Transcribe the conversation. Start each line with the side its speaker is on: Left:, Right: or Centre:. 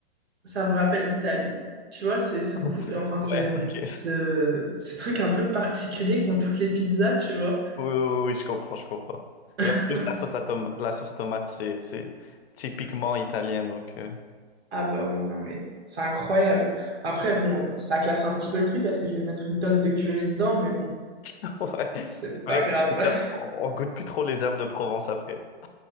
Right: ça me rappelle l'Italie. Tu vois, c'est ce
Left: <laughs>
Right: goût, enfin, c'est
Left: Ouais, ok.
Right: ce, ce truc un peu particulier qu'ont toutes les pizzas, tu vois.
Left: Oui, oui, oui, oui, je comprends, je comprends.
Right: <laughs>
Left: Et en plus, la sauce à tom- la sauce tomate, c'est, c'est typiquement italien, donc euh,
Right: Ah bah oui, non mais c'est incroyable. Après, bon, ça casse un petit peu le truc parce que je vais mettre une tonne de curry dedans, mais bon,
Left: <laughs> ouais. C'est
Right: c'est
Left: vrai
Right: pas grave.
Left: que les
Right: <laughs>
Left: herbes- on goûte plus trop les herbes de Provence après.